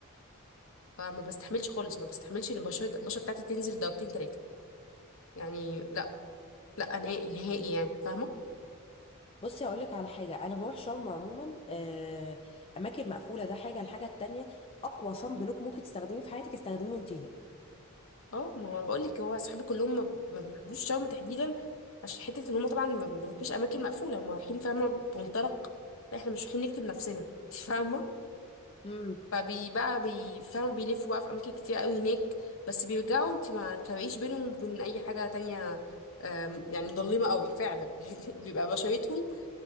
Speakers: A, on the left; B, on the left.
A: فما بستحملش خالص ما بستحملش ان البشره البشره بتاعتي تنزل درجتين ثلاثه يعني لا لا نهائي نهائي يعني فاهمه
B: بصي هقول لك على حاجه انا بروح شرم عموما آه اماكن مقفوله ده حاجه الحاجه التانيه اقوى صن بلوك ممكن تستخدميه في حياتك استخدميه وانت
A: اه ما هو بقول لك هو اصحابي كلهم ما ما بيحبوش شرم تحديدا عشان حته ان هم طبعا ما بيروحوش اماكن مقفوله هم رايحين فاهمه بمنطلق لا احنا مش رايحين نكتب نفسنا <laughs> انت فاهمه
B: هناك
A: فبي بقى بيفهموا بيلفوا بقى في اماكن كتير قوي هناك بس بيرجعوا انت ما تفرقيش بينهم وبين اي حاجه تانية آم، يعني مظلمه قوي فعلا <laughs> بيبقى بشرتهم